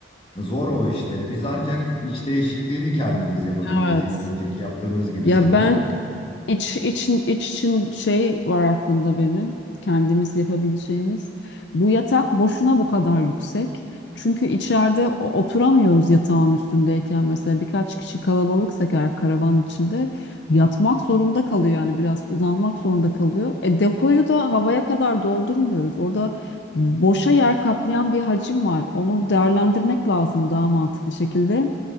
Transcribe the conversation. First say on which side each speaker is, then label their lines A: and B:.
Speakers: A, on the left (about 30°); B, on the left (about 70°).
A: zor o işleri biz ancak iç değişikliğini kendimiz yapabiliriz
B: Evet.
A: yine önceki yaptığımız gibi
B: Ya
A: sanırım.
B: ben İç, için, iç için şey var aklımda benim. Kendimiz yapabileceğimiz. Bu yatak boşuna bu kadar yüksek. Çünkü içeride o- oturamıyoruz yatağın üstündeyken mesela birkaç kişi kalabalıksak eğer karavan içinde yatmak zorunda kalıyor yani biraz uzanmak zorunda kalıyor. E depoyu da havaya kadar doldurmuyoruz. Orada boşa yer kaplayan bir hacim var. Onu değerlendirmek lazım daha mantıklı şekilde.